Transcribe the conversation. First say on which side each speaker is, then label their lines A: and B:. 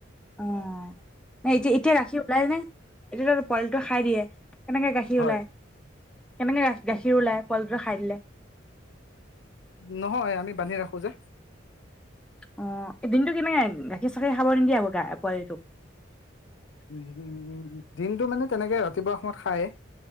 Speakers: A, in the centre; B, on the left (about 70°).
A: অ ন
B: উম
A: এতিয়া এতিয়া গাখীৰ ওলাই নে এতিয়া তাত পোৱালিটো খাই দিয়ে কেনেকে গাখীৰ
B: হয়
A: ওলাই কেনেকে গাখীৰ ওলাই পোৱালি দুটা খাই দিলে
B: নহয় আমি বান্ধি ৰাখো যে
A: অ এই দিনটো কেনেকে গাখীৰ চাখীৰ খাব নিদিয়ে হ' গা পোৱালিটোক
B: উ উম উম দিনটো মানে তেনেকে ৰাতিপুৱা সময়ত খায়